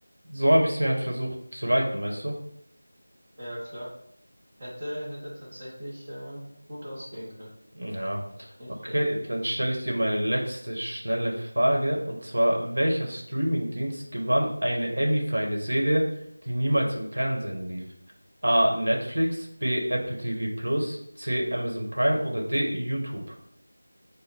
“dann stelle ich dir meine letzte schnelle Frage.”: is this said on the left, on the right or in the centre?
Right